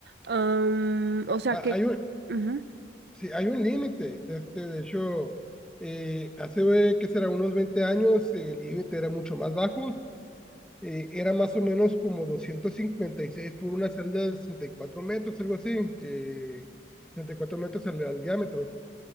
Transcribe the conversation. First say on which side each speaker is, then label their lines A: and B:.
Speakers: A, on the right (about 60°); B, in the centre.
A: Am, o sea,
B: Ha-
A: que...
B: hay un,
A: ujú,
B: sí, hay un límite. De, este, de hecho, eh, hace, eh, ¿qué será? Unos 20 años eh, el límite era mucho más bajo. Eh, era más o menos como 256 por una celda de 64 metros, algo así. Eh, sesenta y cuatro metros al, al diámetro.